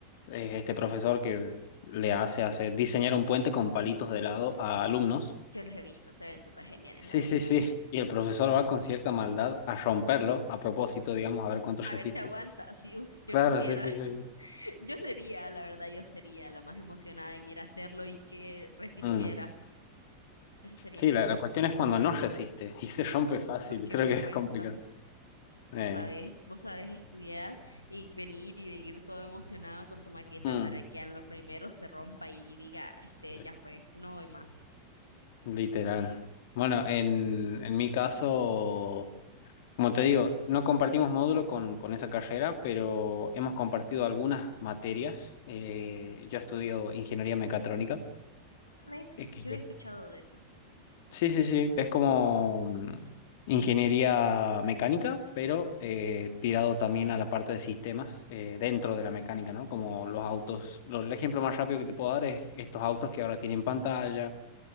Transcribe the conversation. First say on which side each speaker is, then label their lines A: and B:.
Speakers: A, on the left; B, on the left.
A: es este profesor que le hace hacer diseñar un puente con palitos de lado a alumnos.
B: Yo los he visto, se ven súper geniales,
A: Sí,
B: la verdad.
A: sí, sí. Y el profesor va con cierta maldad a romperlo, a propósito, digamos, a ver cuánto resiste.
B: A ver si aguanta, así, uf, yo
A: Claro,
B: quisiera.
A: sí, sí,
B: <laughs>
A: sí. sí.
B: Yo sería, la verdad, yo sería la más emocionada en ir a hacerlo y que resistiera.
A: Mm.
B: Eso sería
A: Sí,
B: genial.
A: la, la cuestión es cuando no resiste <laughs> y se rompe fácil,
B: No, qué
A: creo
B: vergüenza.
A: que es complicado. Eh,
B: Vos sabés, vos sabés estudiar y venir y de ir todo emocionado con tu maqueta
A: mm,
B: para que a lo primero se rompa y diga, este,
A: eh,
B: ya fue, no voy más.
A: literal. Bueno, en, en mi caso, como te digo, no compartimos módulo con, con esa carrera, pero hemos compartido algunas materias. Eh, yo estudio ingeniería mecatrónica,
B: ¿Sabes?
A: eh, que
B: Yo he escuchado de eso.
A: Sí, sí, sí, es como mm, ingeniería mecánica, pero eh, tirado también a la parte de sistemas eh, dentro de la mecánica, ¿no? Como los autos, lo- el ejemplo más rápido que te puedo dar es estos autos que ahora tienen pantalla,